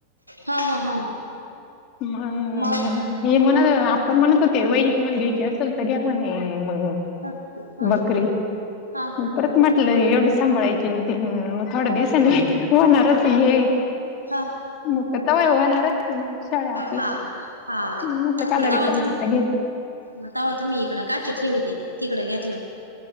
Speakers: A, on the right; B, on the left.
A: हा हा हा
B: हम
A: मग
B: हे म्हण आप म्हणत होते वहिणी तुम्हाला घ्यायची असेल तर घ्या म्हणे मग
A: ह ह
B: बकरी
A: हा
B: परत म्हटलं एवढी सांभाळायची ते मग थोड्या दिवसांनी होणारच हे
A: हां
B: मक तय येवणारच शाळा आपल्या
A: हा हा
B: म्हटलं काला
A: बताव
B: रिकामी
A: तुम
B: आता घे
A: मगतावा तुम्ही इकडं काची ठेवीित तिकडे घेतलं